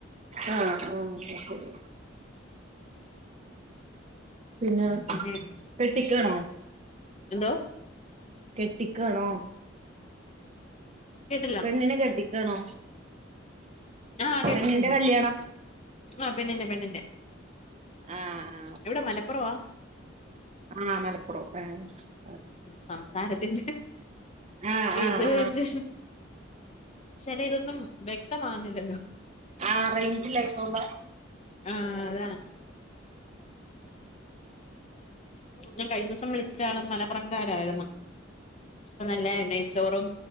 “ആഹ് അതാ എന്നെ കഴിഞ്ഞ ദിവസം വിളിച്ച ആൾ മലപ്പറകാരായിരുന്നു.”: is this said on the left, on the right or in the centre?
Left